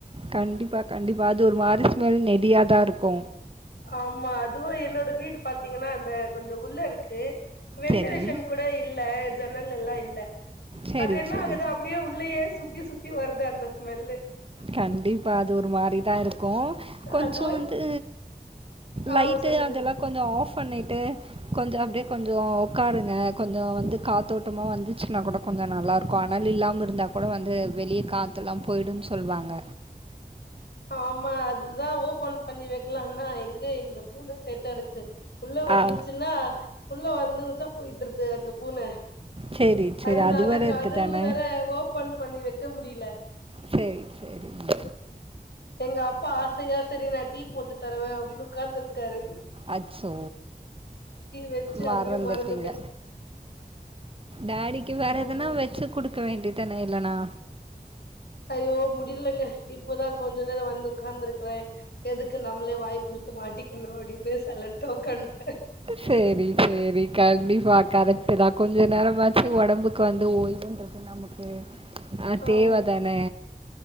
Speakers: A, on the right; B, on the left.
A: கண்டிப்பா கண்டிப்பா அது ஒரு மாரி ஸ்மெல் நெடியாதா இருக்கு
B: ஆமா அதுவு என்னோட வீடு பாத்தீங்கன்னா அந்த கொஞ்சோ உள்ள இருக்கு வென்டிலேஷன்
A: சரி
B: கூட இல்ல ஜன்னல் எல்லா இல்ல
A: சரி,
B: அது என்ன
A: சரி.
B: ஆகுது அப்டியே உள்ளயே சுத்தி சுத்தி வருது அந்த ஸ்மெல்லு
A: கண்டிப்பா அது ஒரு மாரிதா இருக்கு கொஞ்சோ
B: அதுவு
A: வந்து
B: ஆ
A: லைட்டு
B: சொல்லுங்க
A: அதெல்லா கொஞ்சோ ஆஃப் பண்ணிட்டு கொஞ்சோ அப்டியே கொஞ்சோ உக்காருங்க கொஞ்சோ வந்து காத்தோட்டமா வந்துச்சுனா கூட கொஞ்சோ நல்லாருக்கு அனல் இல்லாம இருந்தா கூட வந்து வெளியே காத்துல்லா போய்டுன்னு சொல்லுவாங்க
B: ஆமா அதுதா ஓபன் பண்ணி வைக்கலாம்னா எங்க எங்க பூன சேட்ட இருக்கு உள்ள வந்துச்சுன்னா
A: ஆ.
B: உள்ள வந்து உச்சா போயிடுருது அந்த பூன
A: சேரி சேரி
B: அதனால
A: அது வேற
B: கதவு
A: இருக்கு தான
B: வேற ஓபன் பண்ணி வைக்க முடியல
A: சேரி சேரிங்க
B: எங்க அப்பா ஆசையா சேரி நா டீ போட்டு தருவே அப்டின்னு உக்காந்துக்காரு
A: அச்சோ
B: வச்சு
A: மறந்துட்டீங்க
B: அப்டியே மறந்துட்டே
A: டேடிக்கு வேற
B: ஆமா
A: எதுன்னா வச்சு குடுக்க வேண்டியதான இல்லனா
B: ஐயோ முடியலங்க இப்போதா கொஞ்ச நேர வந்து உக்காந்துருக்கிறே எதுக்கு நம்மளே வாய குடுத்து மாட்டிக்கணு அப்டின்னு சைலண்டா உக்காந்துட்டே
A: சேரி சேரி கண்டிப்பா கரெக்ட்டுதா கொஞ்ச நேரமாச்சு ஒடம்புக்கு வந்து ஓய் வுன்றது நமக்கு அ
B: ஆமா
A: தேவதான